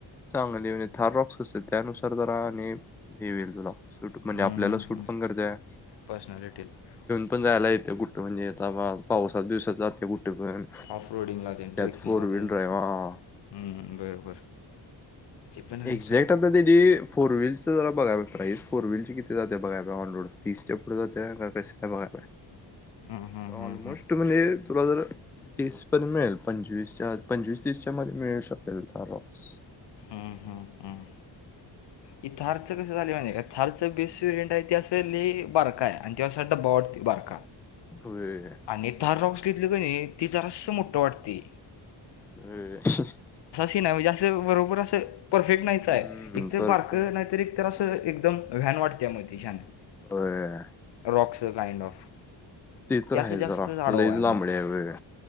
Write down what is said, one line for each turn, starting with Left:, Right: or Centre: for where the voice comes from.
Centre: चांगली म्हज थार रॉक्स असते त्यानुसार जरा आणि हेि येईल तुला म्हणजे
Left: हम्म
Centre: आपल्याला
Left: हम्म
Centre: सूट
Left: हम्म.
Centre: पण करत्या
Left: पर्सनॅलिटीला
Centre: पण जायला येते गुठ म्हणजे आता पावसाात दिवसात जाते गु त्यात
Left: ऑफ रोडिंगला देन ट्रेकिंगला
Centre: फोर व्हीलर
Left: देन
Centre: आहे भावा
Left: हम्म, बरोबर ते पण आहे
Centre: एक्झॅक्ट
Left: सोड
Centre: आता त्याची फोर व्हीलच जरा बघायला प्राइस फोर व्हीलची बघाय ऑ रोड तीसच्या पुढ जात्या का क आहे बघा
Left: <inaudible> हम्म, हम्म,
Centre: ऑलमोस्ट
Left: हम्म,
Centre: म्हणजे तुला जरीस पण मिळेल पंचवीसच्या पंचवीस तीसच्या मध्ये मिळू शकेल रॉक्स
Left: हं हं हं इथारथक थारची बेस रेंट आहे त असं लय बारक हाय आणि ते अस डबा वाटतोय
Centre: होय
Left: आणि थार रॉक्स घेतली का नाही ती जरास मोठ वाटतय
Centre: हम्
Left: जास्त अस बरोबर अस परफेक्ट नाहीच
Centre: हम्म
Left: हाय येक तर
Centre: परफेक्ट.
Left: बारक नाहीतर एक तर अस त एकदम व्हॅन वाटत्या मग त व्हॅन
Centre: होय..
Left: बॉक्स काइंड ऑफ
Centre: तर
Left: ते अस
Centre: आहे जरा
Left: जास्त आडव
Centre: लईच
Left: आहे
Centre: लांबडी
Left: मग
Centre: होय.